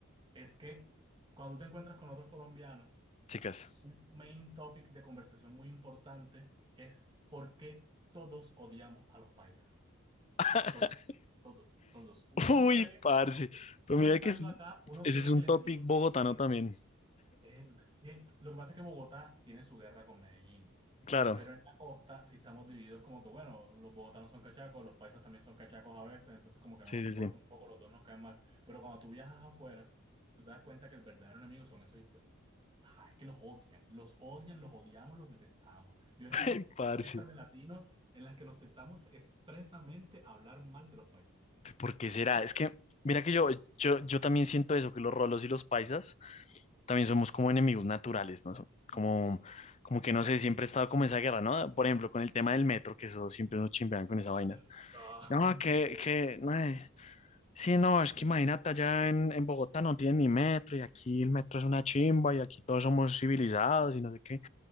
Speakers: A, on the right (about 20°); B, on the left (about 30°).
A: es que cuando te encuentras con otros colombianos,
B: chicas.
A: un main topic de conversación muy importante es por qué todos odiamos a los paisas.
B: <laughs>
A: To- Todos, todos. Uno,
B: Uy,
A: uno cree,
B: parce. Pues
A: uno
B: mira
A: estando
B: que es-
A: acá, uno
B: ese
A: cree
B: es un
A: que el
B: topic
A: enemigo son
B: bogotano
A: y que,
B: también.
A: es- que- Lo que pasa es que Bogotá tiene su guerra con Medellín,
B: Claro.
A: pero en la costa sí estamos divididos como que, bueno, los bogotanos son cachacos, los paisas también son cachacos a veces, entonces como que
B: Sí,
A: no nos
B: sí,
A: importa
B: sí.
A: un poco, los dos nos caen mal. Pero cuando tú viajas afuera, tú te das cuenta que el verdadero enemigo son esos hijos Ah, es que los odian, los odian, los odiamos, los detestamos. Yo he
B: <laughs>
A: estado en
B: parce.
A: fiestas de latinos en las que nos sentamos expresamente a hablar mal de los países.
B: ¿Por qué será? Es que, mira que yo, yo, yo también siento eso, que los rolos y los paisas también somos como enemigos naturales, ¿no? So-
A: Mm.
B: Como, como que no sé, siempre he estado como esa guerra, ¿no? Por ejemplo, con el tema del metro, que eso siempre nos chimbean con esa vaina.
A: <laughs> Ah,
B: No,
A: insoportable.
B: que, que, no, eh, sí, no, es que imagínate, allá en, en Bogotá no tienen ni metro y aquí el metro es una chimba y aquí todos somos civilizados y no sé qué.